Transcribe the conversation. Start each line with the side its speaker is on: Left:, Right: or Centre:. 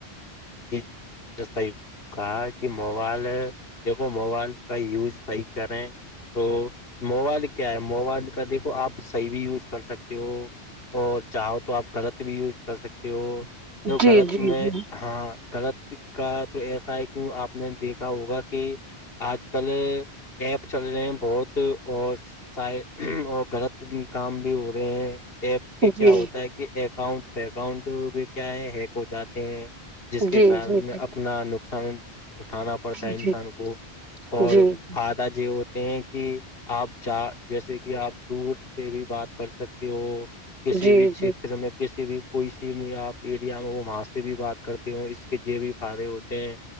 Left: جیس ہی کہا کہ موبال دیکھو موبائل کا یوز صحیح کریں تو موبائل کیا ہے موبائل کا دیکھو آپ صحیح بھی یوز کر سکتے ہو اور چاہو تو آپ غلط بھی یوز کر سکتے ہو جو
Right: جی
Left: غلط
Right: جی
Left: میں
Right: جی
Left: ہاں غلط کا تو ایسا ہے کیوں آپ نے دیکھا ہوگا کہ آج کل ایپ چل رہے ہیں بہت اور س اور غلط کام ہو رہے ہیں ایپ کے کیا
Right: جی
Left: ہوتا ہے کہ ایپ ؤنٹ فکنٹ بھی کیا ہے ہیک ہو جاتے ہیں جس کے
Right: جی
Left: کارن
Right: جی جی
Left: اب اپنا نقصان اٹھانا پڑتا
Right: جی
Left: ہے انسان کو اور
Right: جی
Left: فدہ یہ ہوتے ہیں کہ آپ جا جیسے کہ آپ دور سے بھی بات کر سکتے ہو کسی
Right: جی
Left: بھی چھیتر
Right: جی
Left: میں کسی بھی کوئی س بھی آپ ایریا میں ہو وہاں سے بھی بات کرتے ہو اس کے جو بھی فدے ہوتے ہیں